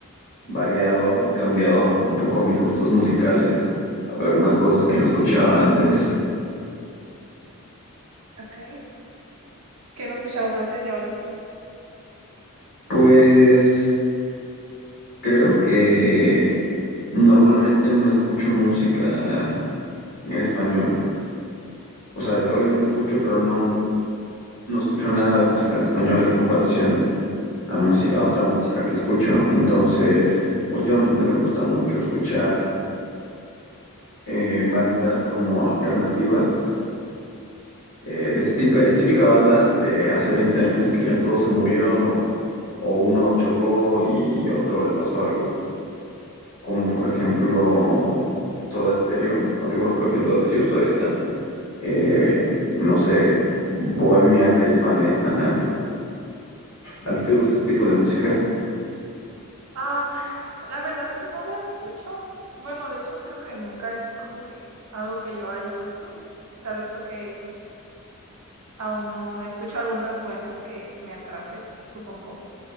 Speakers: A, on the left; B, on the right.
A: variado y cambiado un poco mis gustos musicales, algunas cosas que no escuchaba antes.
B: Ok. Que no escuchabas antes y ahora sí.
A: Pues creo que normalmente no escucho música en español. O sea, obviamente escucho, pero no, no escucho nada de música en español en comparación. a música, a otra música que escucho. Entonces, últimamente me gusta mucho escuchar eh, bandas como alternativas, eh,
B: Ujú.
A: de esa típica, típica banda de hace 20 años que ya todos se murieron o, o uno chocó y otro le pasó algo, como por ejemplo Soda Stereo, aunque bueno, creo que to- ellos todavía están, eh, no sé, Bohemia, Caifanes, Maná. ¿A ti te gusta ese tipo de música?
B: Am, la verdad casi no la escucho. Bueno, de hecho creo que nunca es como que algo que yo haya puesto. Tal vez porque aún no escucho algunas buenas que me atrapen, supongo.